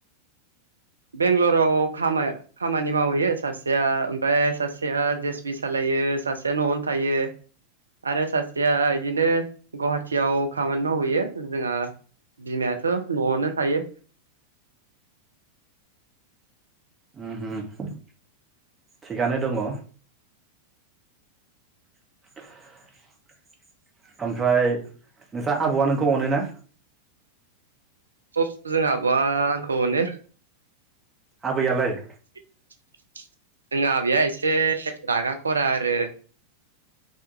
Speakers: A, on the right; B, on the right.
A: बेंग्लराव खामा खामानि मावहैयो सासेया ओमफाय सासेया जे एस बि सालायो थायो सासे नआवनो थायो आरो सासेया इदिनो गुवाहाटियाव खामानि मावहैयो जोंहा बिमायाथ' न'आवनो थायो
B: उम उम थिगानो दंङ <unintelligible> ओमफ्राय नोंस्रा आबै'आ नोंखौ अनो ना
A: थस जोंहा आबौवा आंखौ अनो
B: आबैयालाय
A: <unintelligible> जोंहा आबैया एसे रागा खरा आरो